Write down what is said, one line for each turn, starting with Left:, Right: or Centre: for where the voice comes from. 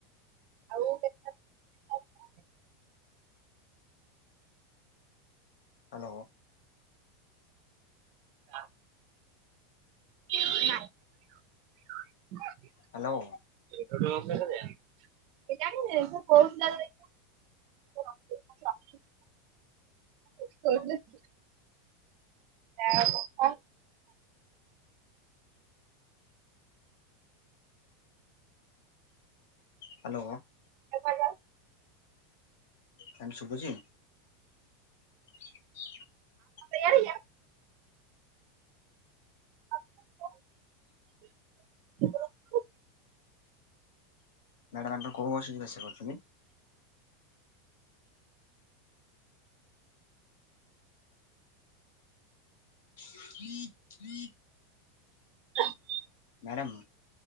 Right: ଆଉ <unintelligible>
Left: ହ୍ୟାଲୋ।
Right: ନାଇ <unintelligible>
Left: ହ୍ୟାଲୋ
Right: କଉଥିଲା <unintelligible> ଆ <unintelligible>
Left: ହ୍ୟାଲୋ।
Right: ଦେଖାଯାଉ।
Left: ମାମ ଶୁଭୁଚି? <unintelligible>
Right: ତେୟାର ହେଇଯା। <unintelligible>
Left: ମ୍ୟାଡ଼ାାମ ଆପଣ କୋଉ ବସ୍ ରେ ଯିବା ଆସିବା କରୁଛନ୍ତି? <inaudible>
Right: <inaudible>
Left: Madam